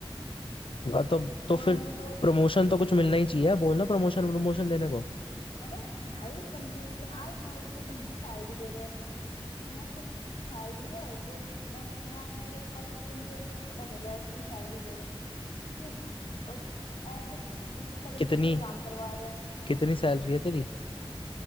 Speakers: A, on the left (about 65°); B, on the left (about 80°).
A: वाह, तो तो
B: हाँ
A: फिर
B: नहीं तो
A: प्रमोशन तो कुछ मिलना ही चाहिए बोल ना प्रमोशन प्रमोशन देने को
B: अरे आई कंजूस है यार ना इतनी ढंग की सैलरी दे रहे हैं इतना सब सैलरी है जो बस मैं मेरे एक बार स्किन केयर पे खत्म हो जाए इतनी सैलरी दे रहे हैं ठीक और ऐसे भी तो तगड़े
A: कितनी
B: तगड़े काम करवा रहे हैं
A: कितनी सैलरी है तेरी